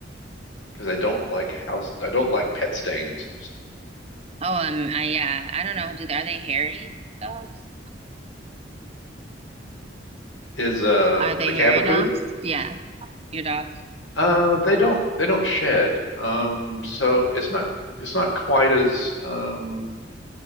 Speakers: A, on the left; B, on the right.
A: because I don't like house I don't like pet stains.
B: Oh, um, I, yeah. I don't know. Do are they hairy dogs?
A: Is uh
B: Are they
A: the Cavapoo?
B: hairy dogs? Yeah, your dogs.
A: Uh, they don't they don't shed. Um, so it's not it's not quite as um